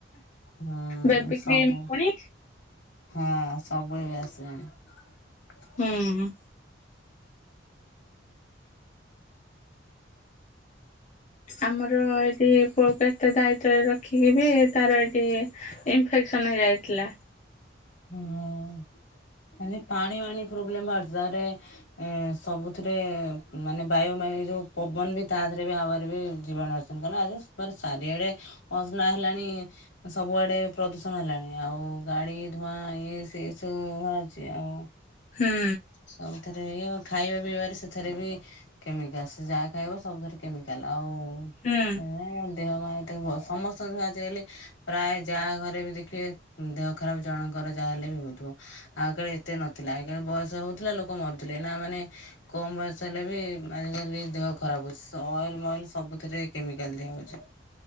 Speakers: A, on the left; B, on the left.
A: ହୁଁ
B: ବେବି
A: ସବୁ।
B: କ୍ରିମ ପୁଣି
A: ହଁ ସବ ହେଇ ଆସିଲାଣି।
B: ହୁଁ ଆମର ଏଠି ମତେ ଦାୟିତ୍ବରେ ରଖିକି ବି ତାର ଏଇଠି ଇନଫେକ୍ସନ ହେଇଯାଇଥିଲା।
A: ହଁ ମାନେ ପାଣି ବାଣି ପ୍ରୋବ୍ଲେମ୍ ଆ ତାପରେ ସବୁଥିରେ ମାନେ ବାୟୁ ମାୟୁ ଯୋଉ ପବନ ବି ତା ଦେହରେ ବି ହବାର ଜୀବାଣୁ ଆସଛନ୍ତି କ ଆ ସାରିଆଡେ ଅସନା ହେଲାଣି ସବୁଆଡେ ପ୍ରଦୂଷଣ କଣ ହେଲାଣି ଆଉ ଗାଡି ଧୂଆଁ ଇଏ ସେ ସବୁଛି ଆଉ
B: ହୁଁ
A: ସବୁଥିରେ ଇଏ ଖାଇବା ପିଇବାରେ ସେଥିରେ ବି କେମିକାଲ ଯାହା ଖାଇବ ସବୁଥିରେ କେମିକାଲ ଆଉ
B: ହୁଁ
A: <unintelligible> ଦେହ ମା ସମସ୍ତ ଆଜି କାଲି ପ୍ରାୟ ଯାହା ଘରେ ବି ଦେଖିବେ ଦେହ ଖରାପ ଜଣଙ୍କର ଯାହା ହେଲେ ବି ହଉଥିବ ଆଉ ଆଗକାଳେ ଏତେ ନଥିଲା ଆଗକାଳେ ବୟସ ହଉଥିଲା ଲୋକ ମରୁଥିଲେ ନା ମାନେ କମ ବୟସ ହେଲେ ବି ଆଜିକାଲି ଦେହ ଖରାପ ହଉଛି ସଏଲ ମଏଲ ସବୁଥିରେ କେମିକାଲ ଦିଆ ହଉଛି।